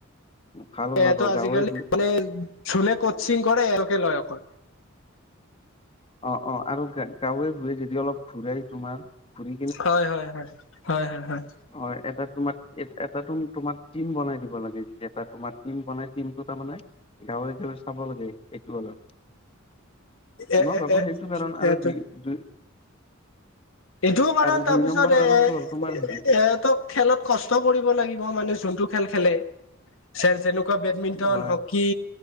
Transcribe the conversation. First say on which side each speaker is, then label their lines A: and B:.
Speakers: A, on the left; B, on the left.
A: ভাল ওলাব
B: এয়াতটো আজিকালি
A: গাঁৱে ভূঞে
B: মানে জোনে কচিং কৰে এওঁকে লয় অকল।
A: অ-অ আৰু গাঁৱে ভুয়ে যদি অলপ ঘূৰাই তোমাৰ ঘূৰি
B: হয়-হয়-হয় হয়-হয়-হয়।
A: হয়, এটা তোমাৰ এটা তো তোমাৰ টিম বনাই দিব লাগে যে এটা তোমাৰ টিম বনাই টিম টো তাৰমানে গাঁৱে-গাঁৱে চাব লাগে এইটো অলপ।
B: এ-এ-এ
A: মই ভাবো সেইটো কাৰণ আৰু
B: এটো।
A: দুই দুই
B: এইটোও কাৰণ
A: আৰু দুই
B: তাৰপিছত
A: নম্বৰ
B: এ-এ
A: কাৰণটো হ'ল তোমাৰ হেৰি
B: এতো খেলত কষ্ট কৰিব লাগিব মানে যোনটো খেল খেলে। চেৰ যেনেকুৱা বেডমিণ্টন,
A: হয়
B: হ'কী,